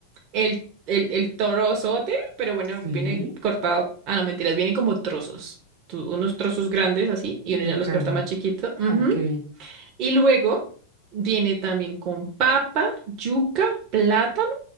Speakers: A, on the right (about 35°); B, on the right (about 60°).
A: el, el, el torozote, pero bueno,
B: sí,
A: viene cortado. Ah, no, mentiras, vienen como trozos. tu- unos trozos grandes así, y uno
B: de
A: ya los
B: carne.
A: corta más chiquito. ujú.
B: Ok.
A: Y luego viene también con papa, yuca, plátano.